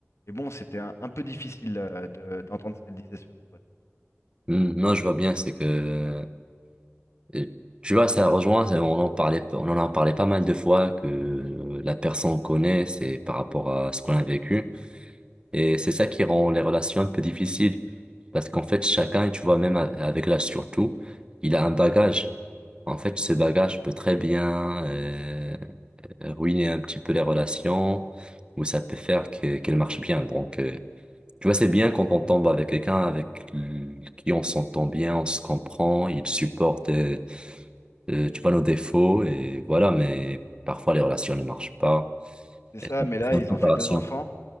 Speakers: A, on the left (about 75°); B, on the right (about 20°).
A: Et bon, c'était un, un peu difficile euh, de- d'entendre ce qu'elle disait sur mon pote.
B: Hmm, Non, je vois bien, c'est que Euh, Tu vois, ça rejoint, c'est- on en parlait, on en a parlé pas mal de fois que la personne connaît, c'est par rapport à ce qu'on a vécu. Et c'est ça qui rend les relations un peu difficiles. Parce qu'en fait, chacun, tu vois, même a- avec l'âge surtout, il a un bagage. En fait, ce bagage peut très bien euh, ruiner un petit peu les relations ou ça peut faire que, qu'elles marchent bien. Donc, euh, tu vois, c'est bien quand on tombe avec quelqu'un avec l- qui on s'entend bien, on se comprend, il supporte. euh, euh, tu vois nos défauts et voilà, mais parfois les relations ne marchent pas.
A: C'est ça,
B: Et ça,
A: mais là,
B: c'est
A: ils
B: une préparation.
A: ont fait deux enfants.